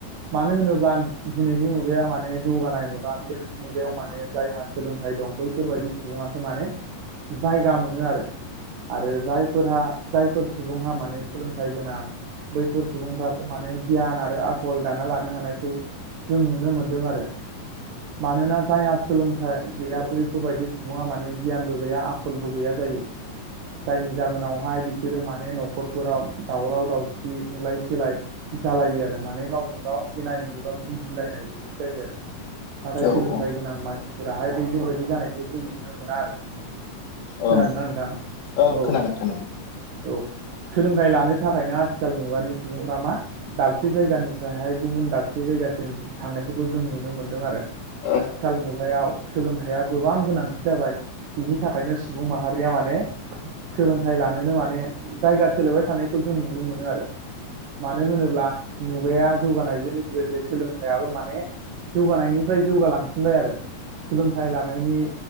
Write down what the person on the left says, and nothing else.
औ
औ
ओं
ओं
खोनादों खोनादों
औ